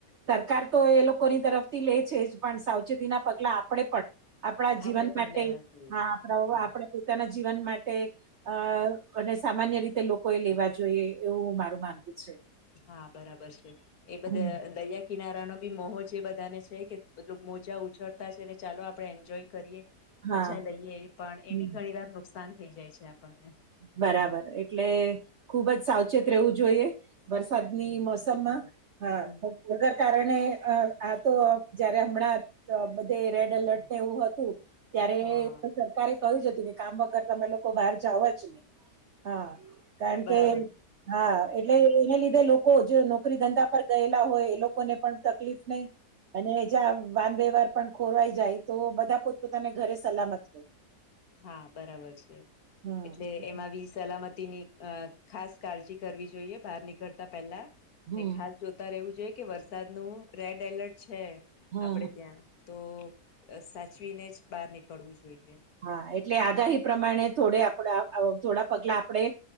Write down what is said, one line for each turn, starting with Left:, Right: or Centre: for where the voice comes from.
Right: સરકાર તો એ લોકોની તરફથી લે છે જ પણ સાવચેતી ના પગલા આપણે પણ આપણા
Left: આપડે
Right: જીવન
Left: પણ
Right: માટે
Left: લેવા જોઈએ
Right: હા આપણા
Left: હા
Right: આપણે પોતાના જીવન માટે અ અને સામાન્ય રીતે લોકો એ લેવા જોઈએ. એવું મારું માનવું છે.
Left: હા બરાબર છે એ બધા
Right: હમ
Left: દરિયા કિનારાનો બી મોજ જે બધાને છે કે મલબ મોજા ઉછળતા છે ને ચાલો આપડણે એન્જોય કરીએ.
Right: હા
Left: મજા લઈએ પણ એ
Right: હમ
Left: બી ઘણી વાર નુકસાન થઈ જાય છે આપણને
Right: બરાબર એટલે ખુબ જ સાવચેત રહેવું જોઈએ. વરસાદની મોસમમાં
Left: હમ
Right: હા વગર કારણે આ તો જયારે હમણાં તો બધે રેડ એલર્ટ ને એવું હતું. ત્યારે
Left: હા
Right: સરકારે કહ્યું જ હતું કે કામ વગર તમે લોકો બહાર જાવ જ હા કારણ
Left: બરાબર
Right: કે
Left: છે
Right: હા એટલે એને લીધે લોકો લોકો જે નોકરી ધંધા પર ગયેલા હોય એ લોકોને પણ તકલીફ નહી. અને જ્યાં વાન વ્યવહર પણ ખોરવાઈ જાય તો બધા પોતપોતાના ઘરે સલામત હોય.
Left: હા બરાબર છે
Right: હમ
Left: એટલે એમાંબી સલા સલામતી ની અ ખાસ કાળજી કરવી જોઈએ બહાર નીકળતા પહેલા
Right: હમ
Left: ને ખાસ જો. જોતા રેહવું જોઇએ કે વરસાદનું રેડ એલર્ટ છે
Right: હા,
Left: આપડે
Right: હા.
Left: ત્યાં તો સાચવીને જ બહાર નીકળવું જોઈએ.
Right: હા એટલે આગાહી પ્રમાણે થોડે આપણા થોડા પગલા આપણેે